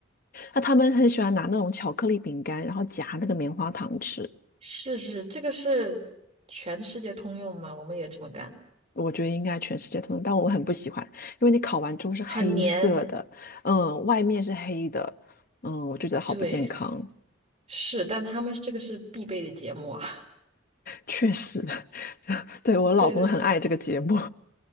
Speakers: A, on the left; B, on the right.
A: 那他们很喜欢拿那种巧克力饼干，然后夹那个棉花糖吃。
B: 是是，这个是全世界通用嘛，我们也这么干，
A: 我觉得应该全世界通用，但我很不喜欢，因为你烤完之后是黑色的，
B: 很黏，
A: 嗯，外面是黑的，嗯，我就觉得好不健康。
B: 对，是，但他们这个是必备的节目啊，
A: 确实，<laughs> 对，我老公很爱这个节目，
B: <laughs> 对对